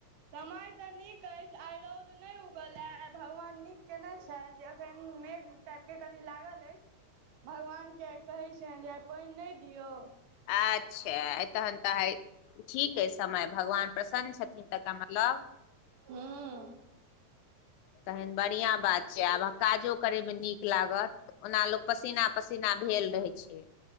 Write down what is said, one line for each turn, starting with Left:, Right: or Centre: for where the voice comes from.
Right: समय तऽ नीक अछि आइ रौद नहि उगलए आइ भगवान नीक कयने छथि जे एखन मेघ टाइप के कनि लागल अछि भगवान के आइ कहै छियनि जे आइ पानि नहि दियौ
Left: अच्छा तहन तऽ हय ठीक अ समय भगवान प्रसन्न छथिन तकर मतलब
Right: हँ
Left: तहन बढ़िआँ बात छै आब काजो करयमे नीक लागत ओना लोक पसीना पसीना भेल रहै छै